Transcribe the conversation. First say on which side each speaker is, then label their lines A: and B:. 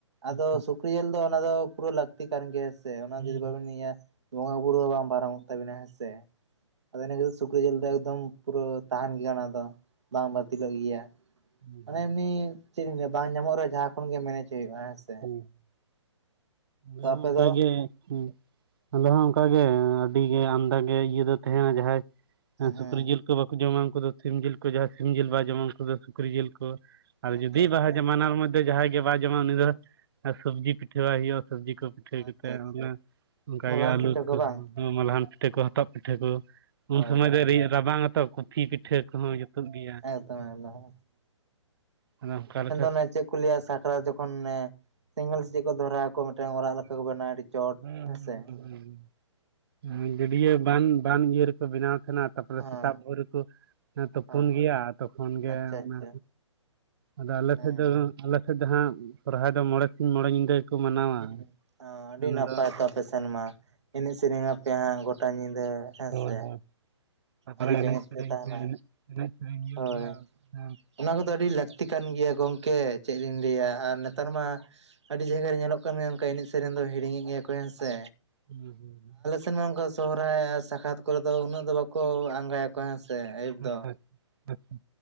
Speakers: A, on the right; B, on the right.
A: ᱟᱫᱚ
B: ᱟᱪᱪᱷᱟ
A: ᱥᱩᱠᱨᱤ ᱡᱤᱞ ᱫᱚ ᱚᱱᱟ ᱫᱚ ᱯᱩᱨᱟᱹ ᱞᱟᱹᱠᱛᱤ ᱠᱟᱱ ᱜᱮᱭᱟ ᱥᱮ ᱚᱱᱟ
B: ᱦᱮᱸ
A: ᱡᱩᱫᱤ ᱵᱟᱵᱮᱱ ᱤᱭᱟ ᱵᱚᱸᱜᱟ ᱵᱩᱨᱩ ᱦᱚᱸ ᱵᱟᱝ ᱯᱟᱨᱚᱢᱚᱜᱼᱟ᱾ ᱛᱵᱤᱱᱟ ᱦᱮᱸ ᱥᱮ ᱟᱫᱚ ᱤᱱᱟᱹ ᱠᱷᱟᱹᱛᱤᱨ ᱥᱩᱠᱨᱤ ᱡᱤᱞ ᱫᱚ ᱮᱠᱫᱚᱢ ᱯᱩᱨᱟᱹ ᱛᱟᱦᱮᱱ ᱜᱮ ᱚᱱᱟᱫᱚ ᱫᱟᱢ ᱵᱟᱲᱛᱤᱜ ᱞᱟᱹᱜᱤᱫ ᱜᱮᱭᱟ
B: ᱦᱮᱸ
A: ᱢᱟᱱᱮ
B: ᱦᱮᱸ
A: ᱩᱱᱤ ᱪᱮᱫ ᱤᱧ ᱞᱟᱹᱭᱟ ᱵᱟᱝ ᱧᱟᱢᱚᱜ ᱨᱮᱦᱚᱸ ᱡᱟᱦᱟᱸ ᱠᱷᱚᱱ ᱜᱮ ᱢᱮᱱᱮᱡ ᱦᱩᱭᱩᱜᱼᱟ ᱦᱮᱸᱥᱮ
B: ᱟᱞᱮ ᱦᱚᱸ
A: ᱟᱯᱮ
B: ᱚᱱᱠᱟᱜᱮ
A: ᱫᱚ
B: ᱦᱮᱸ ᱟᱞᱮ ᱦᱚᱸ ᱚᱱᱠᱟ ᱜᱮ ᱟᱹᱰᱤ ᱜᱮ ᱟᱢᱫᱟ ᱜᱮ ᱤᱭᱟᱹ ᱫᱚ ᱛᱟᱦᱮᱱᱟ ᱡᱟᱦᱟᱸᱭ ᱮᱸ ᱥᱩᱠᱨᱤ
A: ᱦᱮᱸ
B: ᱡᱤᱞ ᱠᱚ ᱵᱟᱠᱚ ᱡᱚᱢᱟ ᱩᱱᱠᱩ ᱫᱚ ᱥᱤᱢ ᱡᱤᱞ ᱠᱚ ᱡᱟᱦᱟᱸᱭ ᱥᱤᱢ ᱡᱤᱞ ᱵᱟᱭ ᱡᱚᱢᱟ ᱩᱱᱠᱩ ᱫᱚ ᱥᱩᱠᱨᱤ ᱡᱤᱞ ᱠᱚ ᱟᱨ
A: ᱟᱪᱪᱷᱟ
B: ᱡᱩᱫᱤ
A: ᱟᱪᱪᱟ
B: ᱱᱟᱦᱟᱜ ᱡᱟᱢᱟᱱᱟ ᱨᱮ ᱵᱟᱱᱟᱨ ᱢᱚᱫᱽᱫᱷᱮ ᱡᱟᱦᱟᱸᱭ ᱜᱮ ᱵᱟᱭ ᱡᱚᱢᱟ
A: ᱦᱮᱸ
B: ᱩᱱᱤ ᱫᱚ ᱟᱨ ᱥᱚᱵᱽᱡᱤ ᱯᱤᱴᱷᱟᱹ ᱟᱭ ᱦᱩᱭᱩᱜᱼᱟ ᱥᱚᱵᱽᱡᱤ ᱠᱚ ᱯᱤᱴᱷᱟᱹ
A: ᱟᱪᱪᱷᱟ
B: ᱠᱟᱛᱮᱜ
A: ᱟᱪᱪᱷᱟ
B: ᱚᱱᱟ ᱚᱱᱠᱟᱱᱟᱜ
A: ᱢᱚᱞᱟᱱ
B: ᱜᱮ ᱟᱹᱞᱩ
A: ᱯᱤᱴᱷᱟᱹ
B: ᱠᱚ
A: ᱵᱟᱝ
B: ᱢᱟᱞᱦᱟᱱ ᱯᱤᱴᱷᱟᱹ ᱠᱚᱦᱚᱸᱛᱚ ᱯᱤᱴᱷᱟᱹ ᱠᱚ ᱩᱱ
A: ᱦᱳᱭ
B: ᱥᱚᱢᱚᱭ
A: ᱦᱳᱭ
B: ᱫᱚ ᱨᱟᱵᱟᱝ ᱟᱛᱚ ᱠᱚᱯᱷᱤ ᱯᱤᱴᱷᱟᱹ ᱠᱚᱦᱚᱸ ᱡᱩᱛᱩᱜ ᱜᱮᱭᱟ᱾
A: ᱮᱠᱫᱚᱢ-ᱮᱠᱫᱚᱢ
B: ᱦᱩᱸ ᱟᱫᱚ ᱚᱱᱠᱟ ᱞᱮᱠᱟ
A: ᱚᱱᱮ ᱪᱮᱫ ᱠᱚ ᱞᱟᱹᱭᱟ ᱥᱟᱠᱨᱟᱛ ᱡᱚᱠᱷᱚᱱ ᱥᱮᱸᱜᱮᱞ ᱥᱮ ᱪᱮᱫ ᱠᱚ ᱫᱷᱚᱨᱟ ᱟᱠᱚ ᱢᱤᱫᱴᱟᱝ ᱚᱲᱟᱜ ᱞᱮᱠᱟ ᱠᱚ ᱵᱮᱱᱟᱣᱟ ᱪᱚᱴ
B: ᱦᱩᱸ-ᱦᱩᱸ,
A: ᱦᱮᱸ ᱥᱮ
B: ᱦᱩᱸ ᱜᱟᱹᱰᱭᱟᱹ ᱵᱟᱱ-ᱵᱟᱱ ᱤᱭᱟᱹ ᱨᱮᱠᱚ ᱵᱮᱱᱟᱣ ᱛᱟᱦᱮᱱᱟ ᱛᱟᱯᱚᱨᱮ
A: ᱦᱮᱸ
B: ᱥᱮᱛᱟᱜ ᱵᱷᱳᱨ ᱨᱮᱠᱚ ᱛᱩᱯᱩᱱ
A: ᱦᱮᱸ
B: ᱜᱮᱭᱟ ᱛᱚᱠᱷᱚᱱ ᱜᱮ
A: ᱟᱪᱪᱷᱟ ᱟᱪᱪᱷᱟ
B: ᱚᱱᱟ ᱟᱫᱚ ᱟᱞᱮ
A: ᱦᱮᱸ
B: ᱥᱮᱫ ᱫᱚ ᱟᱞᱮ ᱥᱮᱫ ᱫᱚᱦᱟᱸᱜ ᱥᱚᱨᱦᱟᱭ ᱫᱚ ᱢᱚᱬᱮ ᱥᱤᱧ ᱢᱚᱬᱮ ᱧᱤᱫᱟᱹ ᱜᱮᱠᱚ ᱢᱟᱱᱟᱣᱟ᱾
A: ᱦᱩᱸ ᱟᱹᱰᱤ
B: ᱚᱱᱟ
A: ᱱᱟᱯᱟᱭ
B: ᱫᱚ
A: ᱛᱚ ᱟᱯᱮ ᱥᱮᱱᱢᱟ ᱮᱱᱮᱡ-ᱥᱮᱨᱮᱧ ᱟᱯᱮ ᱦᱟᱸᱜ ᱜᱚᱴᱟ ᱧᱤᱫᱟᱹ ᱦᱮᱸ
B: ᱦᱚᱭ-ᱦᱚᱭ
A: ᱥᱮ
B: ᱛᱟᱨᱯᱚᱨᱮ
A: ᱟᱹᱰᱤ
B: ᱮᱱᱮᱡ
A: ᱵᱮᱸᱜᱮᱫ
B: ᱥᱮᱨᱮᱧ
A: ᱯᱮ ᱛᱟᱦᱮᱱᱟ
B: ᱛᱮ ᱮᱱᱮᱡ ᱥᱮᱨᱮᱧ ᱦᱩᱭᱩᱜ
A: ᱦᱳᱭ
B: ᱜᱮᱭᱟ ᱦᱮᱸ
A: ᱚᱱᱟ ᱠᱚᱫᱚ ᱟᱹᱰᱤ ᱞᱟᱹᱠᱛᱤ ᱠᱟᱱ ᱜᱮᱭᱟ ᱜᱚᱝᱠᱮ ᱪᱮᱫ ᱞᱤᱧ
B: ᱦᱩᱸ
A: ᱞᱟᱹᱭᱟ ᱟᱨ ᱱᱮᱛᱟᱨ ᱢᱟ ᱟᱹᱰᱤ ᱡᱟᱭᱜᱟ ᱨᱮ ᱧᱮᱞᱚᱜ ᱠᱟᱱ ᱜᱮ ᱚᱱᱠᱟ ᱮᱱᱮᱡ- ᱥᱮᱨᱮᱧ ᱫᱚ ᱦᱤᱲᱤᱧᱮᱫ ᱜᱮᱭᱟ ᱠᱚ ᱦᱮᱸ ᱥᱮ
B: ᱦᱩᱸ-ᱦᱩᱸ
A: ᱥᱮ ᱱᱚᱝᱠᱟ ᱥᱚᱦᱨᱟᱭ ᱟᱨ ᱥᱟᱠᱷᱟᱛ ᱠᱚᱨᱮ ᱫᱚ ᱩᱱᱟᱹᱜ ᱫᱚ ᱵᱟᱠᱚ ᱟᱸᱜᱟᱭᱟᱠᱚ ᱦᱮᱸᱥᱮ ᱟᱹᱭᱩᱵ ᱫᱚ
B: ᱟᱪᱪᱷᱟ ᱟᱪᱪᱷᱟ ᱟᱪᱪᱷᱟ